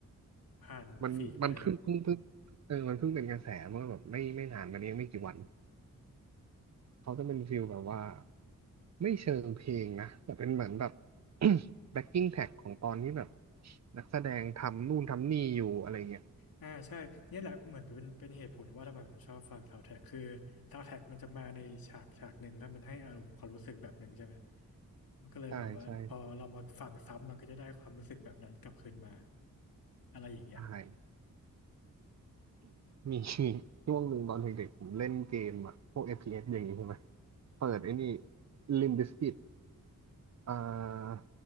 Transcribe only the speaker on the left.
ผ่านฟีดไป
อ่าใช่เนี่ยแหละเหมือนเป็นเป็นเหตุผลว่าทำไมผมชอบฟังซาว n d แท a ็กคือซาว n d แท a ็กมันจะมาในฉากฉากหนึ่งแล้วมันให้อารมณ์ความรู้สึกแบบหนึ่งใช่ไหมมันก็เลยแบบว่าพอเรามาฟังซ้ำมันก็จะได้ความรู้สึกแบบนั้นกลับคืนมา
อะไรอย่างเงี้ย